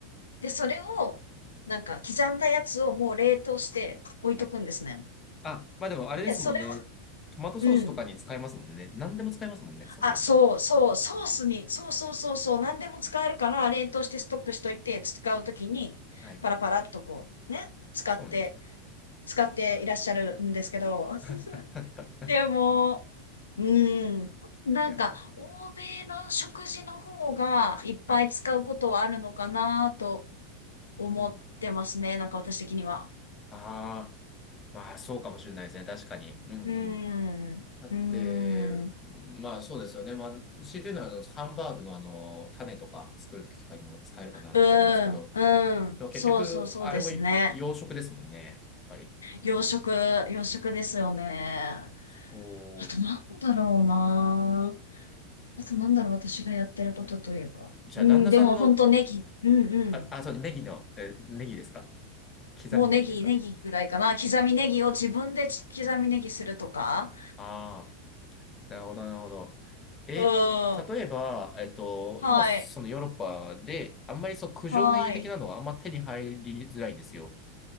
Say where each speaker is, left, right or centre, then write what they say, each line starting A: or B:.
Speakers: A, on the left; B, on the left.
A: で、それを、なんか、刻んだやつをもう冷凍して置いとくんですね。
B: はいあ、まあでもあれですもんね。
A: で、それを、
B: トマトソースとかに使えますもんね。
A: うん。
B: 何でも使えますもんね、ソフリット。
A: あ、そうそう、ソースに、そうそうそうそう、何でも使えるから、冷凍してストックしといて、使うときに、
B: はい。
A: パラパラっとこう、ね、使って、
B: そうなんですよ。
A: 使っていらっしゃるんですけど、
B: <laughs>
A: <laughs> でも、うん、なんか、
B: いや
A: 欧米の食事の方がいっぱい使うことはあるのかなと
B: ー、はい。
A: 思ってますね。
B: うん。
A: なんか私的には。
B: ああ、まあそうかもしれないですね。確かに。うんうん
A: うーん。うーん。
B: だって、
A: う
B: まあそうですよね。まあ、強いて言うのは、あの、ハンバーグのあの、種とか作るときとかにも使えるかななんて思うんですけど、
A: ーん。うーん。
B: でも結局、
A: そうそうそうですね。
B: あれも洋食ですもんね。やっぱり。
A: 洋食、洋食ですよね。
B: そう。
A: あとなんだろうな。あとなんだろう、私がやってることというか。
B: じゃあ、
A: うん、
B: 旦那さんの、
A: でも本当ネギ。うんうん。
B: あ、あ、そう、ネギの、え、ネギですか刻みネギですか
A: もうネギ、ネギぐらいかな。刻みネギを自分でち刻みネギするとか。
B: ああー、なるほど、なるほど。え、
A: うん。
B: 例えば、えっと、
A: はい。
B: 今、そのヨーロッパで、あんまりそう、九条ネギ的なのはあんま手に入りづらいんですよ。
A: はい。